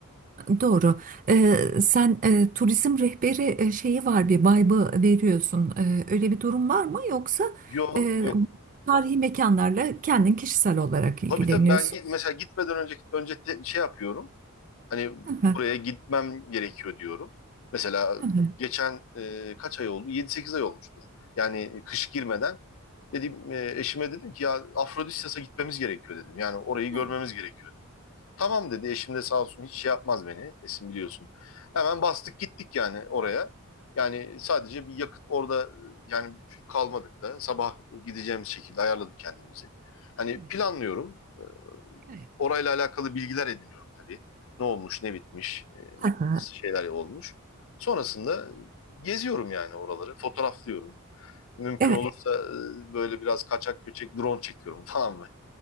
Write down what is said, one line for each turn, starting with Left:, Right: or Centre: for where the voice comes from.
Right: Doğru. Ee, sen e, turizm rehberi e, şeyi var bir vibe'ı veriyorsun. Ee, öyle bir durum var mı? Yoksa
Left: Yok
Right: e,
Left: yok.
Right: tarihi mekanlarla kendin kişisel olarak ilgileniyorsun.
Left: Tabii tabii ben git, mesela gitmeden önceki önce te- şey yapıyorum. Hani
Right: Hı hı,
Left: buraya gitmem gerekiyor diyorum. Mesela
Right: hı hı.
Left: geçen e, kaç ay oldu? Yedi sekiz ay olmuştur. Yani kış girmeden dedim e, eşime dedim ki ya Afrodisyas'a gitmemiz gerekiyor dedim. Yani orayı
Right: Hı
Left: görmemiz gerekiyor dedim. Tamam dedi. Eşim de sağ olsun hiç şey yapmaz beni. Esin biliyorsun. Hemen bastık gittik yani oraya. Yani sadece bir yakıt orada e, yani kalmadık da sabah gideceğimiz şekilde ayarladık kendimizi. Hani
Right: hı,
Left: planlıyorum. e,
Right: Evet, evet.
Left: orayla alakalı bilgiler ediniyorum tabii. Ne olmuş, ne bitmiş, e,
Right: Hı
Left: nasıl şeyler olmuş. Sonrasında geziyorum yani oraları, fotoğraflıyorum. Mümkün
Right: hı.
Left: olursa e, böyle biraz kaçak göçek drone çekiyorum <laughs> falan